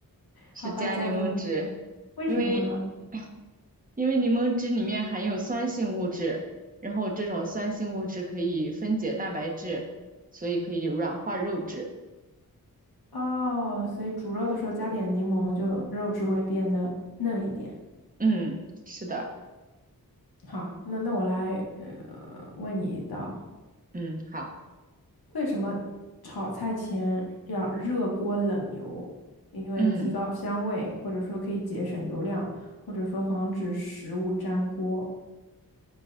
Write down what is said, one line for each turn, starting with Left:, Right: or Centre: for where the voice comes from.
Right: 是加柠檬汁，
Left: 好吧，加柠檬，为什么呢？
Right: 因为 <clears throat> 因为柠檬汁里面含有酸性物质，然后这种酸性物质可以分解蛋白质，所以可以软化肉质。
Left: 哦，所以煮肉的时候加点柠檬，就肉质会变得嫩一点。
Right: 嗯，是的，
Left: 好，那那我来呃问你一道，
Right: 嗯，好。
Left: 为什么炒菜前要热锅冷油？因为提高香味，
Right: 嗯
Left: 或者说可以节省油量，或者说防止食物粘锅。